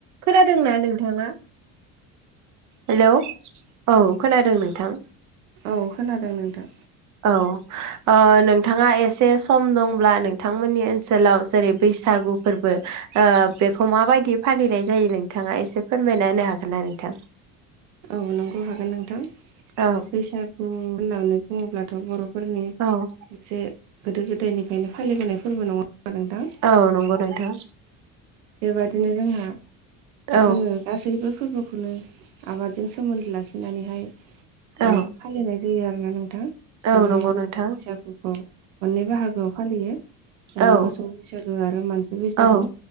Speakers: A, on the right (about 45°); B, on the right (about 85°).
A: खोनादोंना नोंथाङा हेलौ औ खोनादों नोंथां
B: औ खोनादों नोंथां
A: औ ओ नोंथाङा एसे सम दंब्ला नोंथांमोननि ओनसोलाव जेरै बैसागु फोरबो ओ बेखौ माबायदि फालिनाय जायो नोंथाङा एसे फोरमायना होनो हागोनना नोंथां?
B: औ नंगौ हागोन नोंथां
A: औ
B: बैसागु होननानै बुङोब्लाथ' बर'फोरनि
A: औ
B: मोनसे गोदो गोदायनिफ्रायनो फालिबोनाय फोरबो नङा होमबा नोंथां
A: औ नंगौ नोंथां
B: बेबादिनो जोंहा
A: औ
B: जोङो गासैबो फोरबोखौनो आबादजों सोमोन्दो लाखिनानैहाय
A: औ
B: ओ फालिनाय जायो आरोना नोंथां
A: औ
B: जेरैहाय
A: नंगौ
B: जोंहा
A: नोंथां
B: बैसागुखौ मोननै बाहागोआव फालियो ओ
A: औ
B: मोसौ बैसागु आरो मानसि बैसागु
A: औ